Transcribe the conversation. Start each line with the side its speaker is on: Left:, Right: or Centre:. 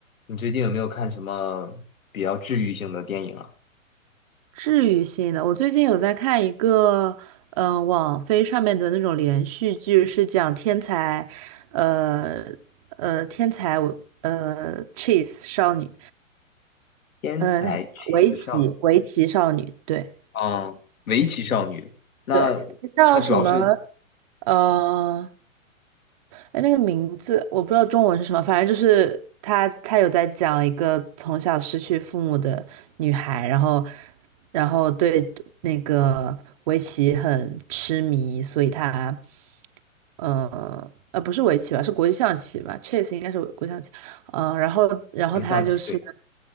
Left: 你最近有没有看什么比较治愈性的电影啊？
Right: 治愈性的，我最近有在看一个，嗯、网飞上面的那种连续剧，是讲天才，呃呃，天才呃 chess 少女，
Left: 天才
Right: 呃，那是围棋围棋少女，
Left: c 子 e e s 少，
Right: 对
Left: 嗯，围棋少女。那
Right: 对，叫什么？
Left: 它主要是
Right: 呃，哎，那个名字我不知道中文是什么，反正就是他，他有在讲一个从小失去父母的女孩，然后，然后对那个围棋很痴迷，所以她，呃，呃，不是围棋吧，是国际象棋吧，chess 应该是国际象棋，嗯、呃然后，然后他就是
Left: 不象棋？对，